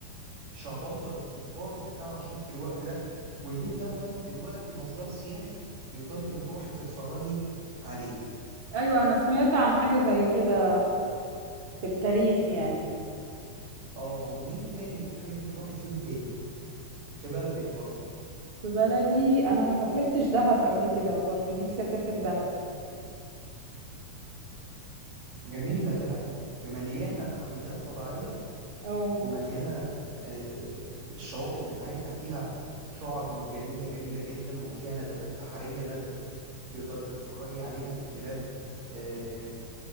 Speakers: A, on the right; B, on the right.
A: شهبندر التجار بتاع رشيد في الوقت ده والبيت ده لغايه دلوقتي مصدر سياحي تقدري تروحي تتفرجي عليه
B: ايوه انا سمعت عن حاجة زي كده في التاريخ يعني
A: اه ومين تاني تحبي تروحي فين تاني في بلدك برضه
B: في بلدي انا ما سافرتش دهب قبل كده برضه نفسي اسافر دهب
A: جميله دهب مليانه محميات طبيعيه
B: اه
A: ومليانه آه، الشواطئ بتاعتها فيها شعاب مرجانيه جميله جدا وفيها نباتات بحريه نادره تقدري تتفرجي عليها من خلال آه،